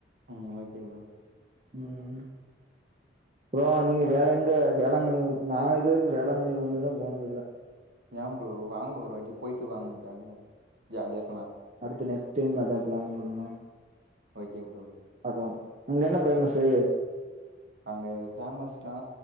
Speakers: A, on the right; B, on the right.
A: ம் ஓகே ப்ரோ
B: ம் ப்ரோ நீங்க வேற எங்க வேளாங்கண்ணி நா இது வரைக்கு வேளாங்கண்ணி ஒண்ணு தா போனதில்ல
A: ஏ ப்ரோ வாங்க ஒரு வாட்டி போய்ட்டு வாங்க ஜாலியா ஜாலியா இருக்
B: அடுத்து நெக்ஸ்ட் டைம் அதா பிளான் பண்ணு
A: ஓகே ப்ரோ
B: பாக்லா அங்க என்ன பேமஸ்சு
A: அங்க ஃபேமஸ்னா